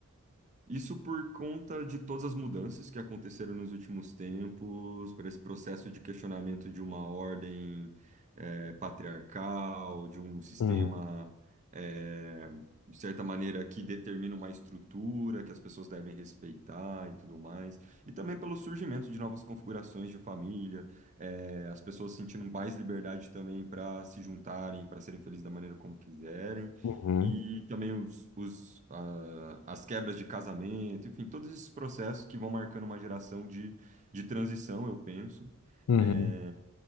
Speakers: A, on the right; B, on the left.
A: Isso por conta de todas as mudanças que aconteceram nos últimos tempos, por esse processo de questionamento de uma ordem eh, patriarcal, de um sistema,
B: Uhum,
A: eh, de certa maneira, que determina uma estrutura que as pessoas devem respeitar e tudo mais. E também pelo surgimento de novas configurações de família, eh, as pessoas sentindo mais liberdade também para se juntarem, para serem felizes da maneira como quiserem
B: uhum,
A: e também os, os, ah, as quebras de casamento, enfim, todos esses processos que vão marcando uma geração de, de transição, eu penso.
B: uhum,
A: É,